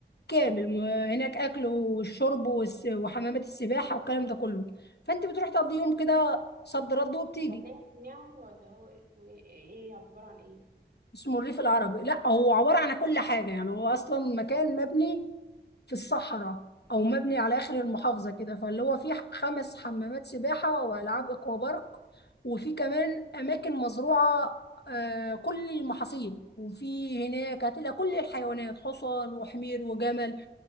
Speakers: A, on the left; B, on the right.
A: كامل م- هناك أكل والشرب والس- وحمامات السباحة والكلام ده كله فانت بتروح تقضي يوم كده صد رد وبتيجي
B: ده نادي يعني ولا هو اسمه ايه ايه إيه عباره عن ايه
A: اسمه الريف العربي لا هو عبارة عن كل حاجة يعني هو أصلا مكان مبني في الصحراء او مبني على اخر المحافظه كده فاللي هو فيه خمس حمامات سباحه والعاب اكوا بارك وفي كمان اماكن مزروعه آه، كل المحاصيل وفي هناك هتلاقي كل الحيوانات حصان وحمير وجمل